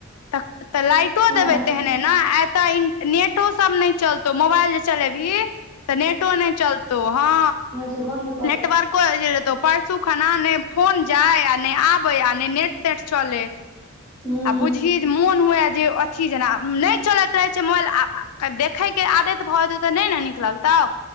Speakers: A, on the left; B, on the right.
A: त-तऽ लाइटो
B: हँ
A: देबै तेहने ना? आ एताऽ इं नेटो सब नहि चलतौ मोबाइल चलेबही तऽ नेटो नहि चलतौ, हँ।
B: तुरण
A: नेटवर्को इ जे एतौ पस सू खन्ना ने फोन जाय, ने आबै, आ ने नेट तेट चलै।
B: हूँ
A: आ बुझहीं जे मून हुवैऽ जे अ थी जेना, आ नहि चलैत रहै छै मोबाइल आ, देखय के आदत भऽ जतौ तऽ नहि ने नीक लगतौऊ?